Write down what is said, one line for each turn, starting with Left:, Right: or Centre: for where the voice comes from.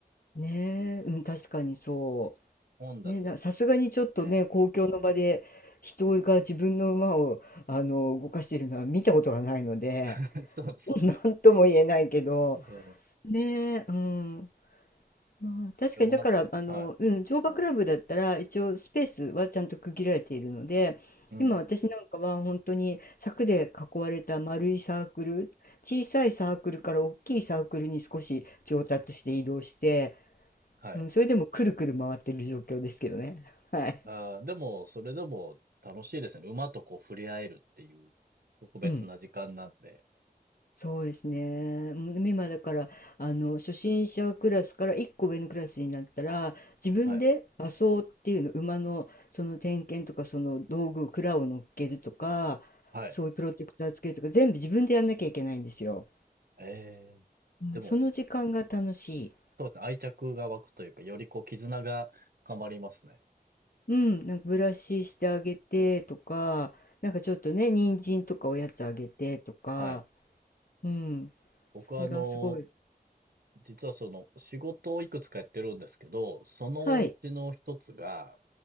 Left: ねえ、うん、確かにそ
Right: 日本だとなんか
Left: う。ね、なさすがにちょっとね、
Right: ね、
Left: 公共の場で人が自分の馬を、あの、動かしているのは見たことがないので、
Right: <laughs> そうですよね。
Left: <laughs> なんとも言えないけど、
Right: うん。
Left: ねえ、うん。まあ、確かにだからあの、
Right: でもなんか、はい。
Left: うん、乗馬クラブだったら一応スペースはちゃんと区切られているので今私なんかは本当に柵で囲われた丸いサークル小さいサークルから大きいサークルに少し上達して移動して、
Right: うん。はい。
Left: うん、それでもくるくる回ってる状況ですけどね。<laughs> はい、
Right: ああ、でも、それでも楽しいですね。馬とこう触れ合えるっていう特別な時間なんで。
Left: うんそうですね。
Right: うん、
Left: もうでも今だからあの初心者クラスから1個上のクラスになったら自分で馬装っていうの馬のその点検とかその道具を鞍を乗っけるとかそういうプロテクターつけるとか全部自分でやんなきゃいけないんですよ。
Right: はい。はい。ええ。
Left: うん、
Right: でも、
Left: その時間が楽しい。
Right: そうですね、愛着が湧くというか、よりこう絆が深まりますね。
Left: うん、なんかブラシしてあげてとかなんかちょっとね人参とかおやつあげてとか、
Right: うん、はい。
Left: うん、
Right: 僕はあの、
Left: それがすごい。
Right: 実はその仕事をいくつかやってるんですけど、そのうちの一つが、
Left: はい。